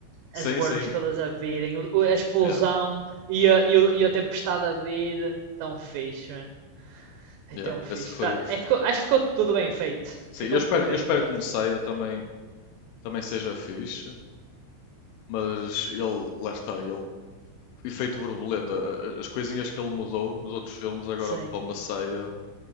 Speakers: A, on the left; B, on the right.
A: Sim,
B: As worms
A: sim,
B: todas a virem, o- a explosão
A: yeah,
B: e a, e, o- e a tempestade a vir. Tão fixe, mano. É
A: yeah.
B: tão fixe.
A: Esse foi,
B: Tá-
A: f-
B: é, ficou- acho que ficou tudo bem feito.
A: sim,
B: Ficou
A: eu espero,
B: tudo
A: eu
B: bem
A: espero
B: feito.
A: que o Messiah também, também seja fixe, mas ele, lá está, ele, efeito borboleta, a- a- as coisinhas que ele mudou nos outros filmes, agora
B: Sim.
A: para o Messiah